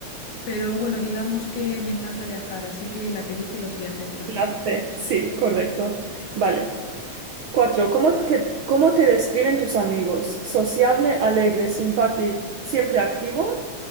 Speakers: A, on the left (about 80°); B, on the right (about 75°).
A: pero bueno, digamos que me encanta viajar, así que la que dice los viajes, la
B: La
A: C.
B: C. Sí, correcto. Vale. Cuatro, ¿cómo, que- cómo te describen tus amigos? Sociable, alegre, simpático, siempre activo.